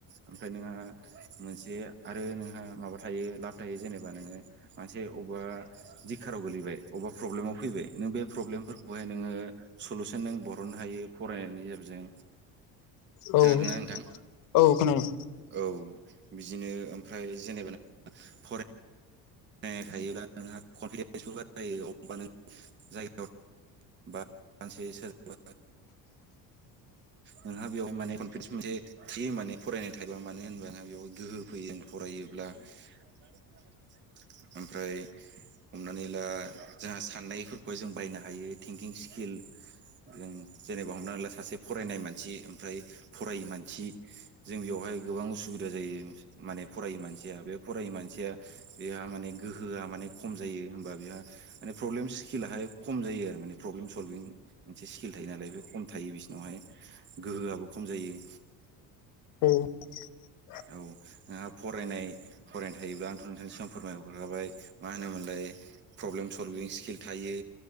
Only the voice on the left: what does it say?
औ
औ
औ खोनादों।
<unintelligible>